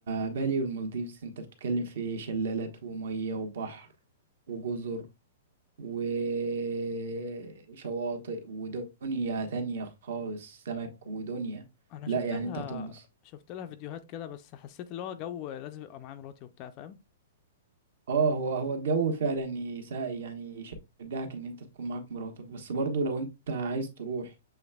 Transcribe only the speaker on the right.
بالي والمالديفز انت بتتكلم في شلالات ومية وبحر وجزر وشواطئ ودنيا تانية خالص سمك ودنيا
لا
يعني
انت هتنبسط
اه هو هو الجو فعلا يساعد يعني يشجعك ان انت تكون معاك مراتك بس برضو لو انت عايز تروح